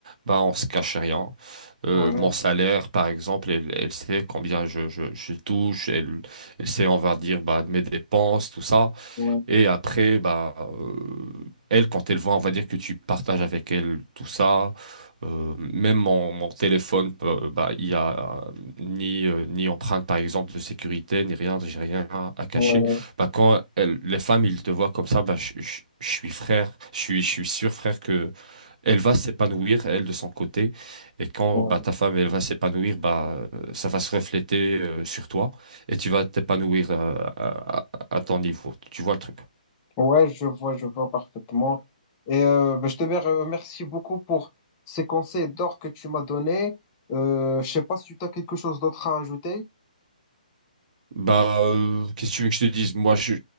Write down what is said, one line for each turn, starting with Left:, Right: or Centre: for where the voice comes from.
Right: Bah, on se cache rien. Euh,
Left: ouais,
Right: mon salaire, par exemple, elle, elle sait combien je, je, je touche. Elle, elle sait, on va dire, bah, mes dépenses, tout ça.
Left: ouais,
Right: Et après, bah, euh, elle, quand elle voit, on va dire que tu partages avec elle tout ça. Euh, même mon, mon téléphone, euh, bah, il y a euh, ni, euh, ni empreinte, par exemple, de sécurité, ni rien, j'ai rien à cacher.
Left: ouais,
Right: Bah, quand elle- les femmes, ils te voient comme ça, bah, je, je- je suis frère, je suis, je suis sûr, frère, que elle va s'épanouir, elle, de son côté. Et quand
Left: ouais.
Right: bah, ta femme, elle va s'épanouir, bah, euh, ça va se refléter euh, sur toi et tu vas t'épanouir euh, à à- à ton niveau. Tu vois le truc?
Left: Ouais, je vois, je vois parfaitement. Et euh, ben, je te euh, remercie beaucoup pour ces conseils d'or que tu m'as donnés. Euh, je sais pas si tu as quelque chose d'autre à ajouter.
Right: Bah, euh, qu'est-ce que tu veux que je te dise? Moi, je-